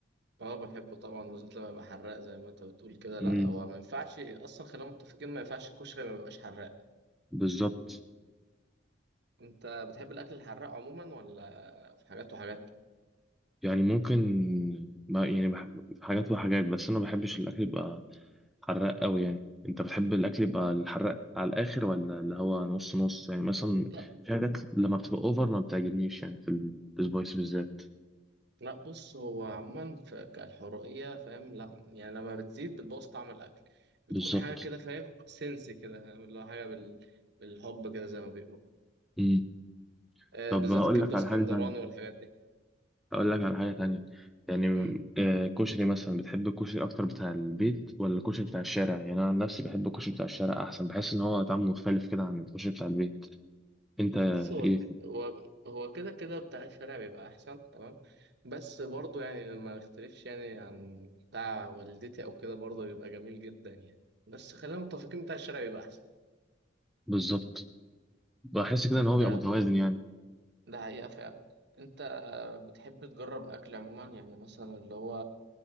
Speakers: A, on the right; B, in the centre.
A: اه بحبه طبعا بالذات لما يبقى حراق زي ما انت بتقول كده لا
B: امم
A: هو ما ينفعش اصلا خلينا متفقين ما ينفعش الكشري ما يبقاش حراق
B: بالظبط
A: انت بتحب الاكل الحراق عموما ولا في حاجات وحاجات
B: يعني ممكن ما يعني بحب حاجات وحاجات بس انا ما بحبش الاكل يبقى حراق قوي يعني انت بتحب الاكل يبقى الحراق على الاخر ولا اللي هو نص نص يعني مثلا
A: لا
B: في حاجات لما بتبقى اوفر ما بتعجبنيش يعني في السبايس بالذات
A: لا بص هو عموما في كالحرقيه فاهم لا يعني لما بتزيد بتبوظ طعم الاكل بتكون
B: بالظبط
A: حاجه كده فاهم سنس كده فاهم اللي هو حاجه بال... بالحب كده زي ما بيقولوا
B: امم
A: آه
B: طب
A: بالذات
B: هقول
A: الكبده
B: لك على
A: اسكندراني
B: حاجه تانية
A: والحاجات دي
B: هقول لك على حاجه تانية يعني
A: مم.
B: آه، كشري مثلا بتحب الكشري اكتر بتاع البيت ولا الكشري بتاع الشارع يعني انا عن نفسي بحب الكشري بتاع الشارع احسن بحس ان هو طعمه مختلف كده عن الكشري بتاع البيت انت
A: بص هو
B: ايه
A: هو هو كده كده بتاع الشارع بيبقى احسن تمام بس برضه يعني ما نختلفش يعني عن بتاع والدتي او كده برضه بيبقى جميل جدا يعني بس خلينا متفقين بتاع الشارع بيبقى احسن
B: بالظبط بحس كده ان
A: انت
B: هو بيبقى متوازن يعني
A: ده حقيقة فعلا انت بتحب تجرب اكل عموما يعني مثلا اللي هو